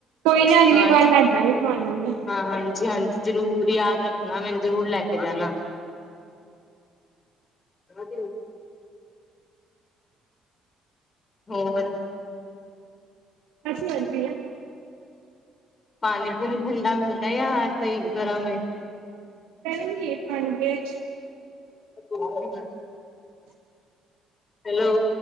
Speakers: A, on the right; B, on the left.
A: ਕੋਈ ਨਾ ਅਗਲੀ
B: ਹਾਂ
A: ਵਾਰ ਲੱਗ ਜਾਗੇ ਤੁਹਾਨੂੰ
B: ਹਾਂ ਹਾਂਜੀ ਹਾਂਜੀ। ਜ਼ਰੂਰ ਯਾਦ ਰੱਖਣਾ ਮੈਨੂੰ ਜ਼ਰੂਰ ਲੈ ਕੇ ਜਾਣਾ। ਹਾਂਜੀ। ਹੋਰ।
A: ਅਸੀ ਲੜਦੇ ਆਂ।
B: ਪਾਣੀ- ਪੂਣੀ, ਠੰਡਾ ਮਿਲਦਾ ਹੈ, ਜਾ ਸਹੀ ਗਰਮ ਹੈ?
A: ਗਰਮ ਈ, ਪਾਣੀ ਤੇ।
B: <unintelligible> ਹੈਲੋ,